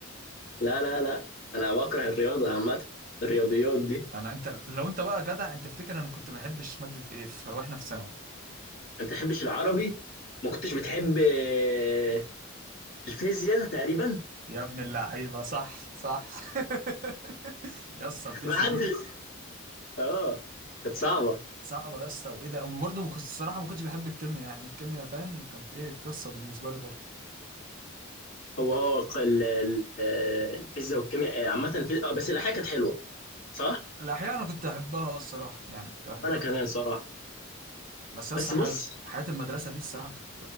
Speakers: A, on the left; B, on the right.
A: لا لا لا انا بكره الرياضه عامه الرياضيات دي
B: انا انت لو انت بقى جدع انت تفتكر انا كنت بحبش ماده ايه في... واحنا في ثانوي
A: انت تحبش العربي ما كنتش بتحب آه، الفيزياء تقريبا
B: يا ابن اللعيبه صح صح <laughs> يا اسطى الفيزياء
A: ما حدش
B: دي كانت
A: <laughs> اه
B: يا-
A: كانت صعبه
B: صعبه يا اسطى وايه ده وبرضه ما كنت الصراحه ما كنتش بحب الكيمياء يعني الكيمياء فاهم كانت ايه قصه بالنسبه لي برضه
A: هو اه ال- ال- آه، الفيزياء والكيمياء آه، عامه الفي... آه، بس الاحياء كانت حلوه صح
B: الاحياء انا كنت احبها الصراحه يعني كنت بحبها
A: انا كمان صراحه
B: بس يا اسطى
A: بس
B: حياه
A: بص
B: حياة المدرسه دي الصراحه كانت